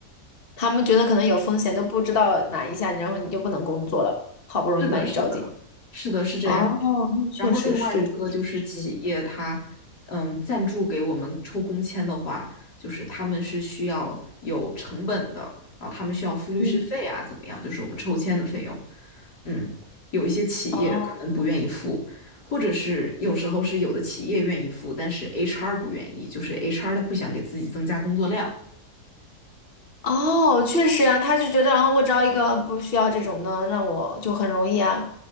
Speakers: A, on the left; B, on the left.
A: 他们觉得可能有风险，都不知道哪一下，然后你就不能工作了，好不容易把你招进。
B: 是的，是的，是的，是这样。
A: 哦，那确实是，
B: 然后另外一个就是企业它，
A: 这是确实
B: 嗯，赞助给我们抽工签的话，就是他们是需要有成本的，然后他们需要付律师费啊，
A: 嗯，
B: 怎么样？就是我们抽签的费用，嗯，有一些企业可能不愿意付，
A: 哦，
B: 或者是有时候是有的企业愿意付，但是 HR 不愿意，就是 HR 他不想给自己增加工作量，
A: 哦，确实啊，他就觉得，啊，我招一个不需要这种的，那我就很容易啊，